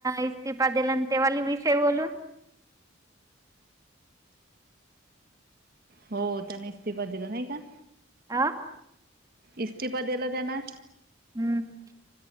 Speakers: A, on the right; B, on the right.
A: इस्तिफा दिला आणि तेवाले विषय बोलू?
B: हो त्याने इस्तिफा दिला नाही का.
A: आं?
B: इस्तीफा दिला त्यानं
A: हम्म.